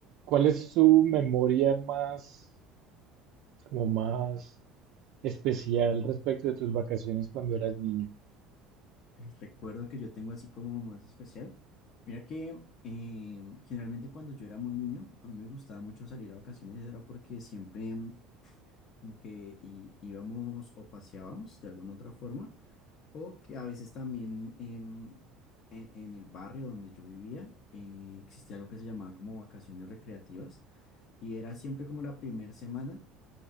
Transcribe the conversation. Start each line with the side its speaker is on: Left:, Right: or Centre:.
Right: ¿Cuál es su memoria más, como más especial respecto de tus vacaciones cuando eras niño?
Left: El recuerdo que yo tengo así como más especial. Mira que em, generalmente cuando yo era muy niño, a mí me gustaba mucho salir a vacaciones, era porque siempre em, como que i- íbamos o paseábamos de alguna otra forma, o que a veces también em, e- en, el barrio donde yo vivía eh, existía lo que se llamaba como vacaciones recreativas, y era siempre como la primera semana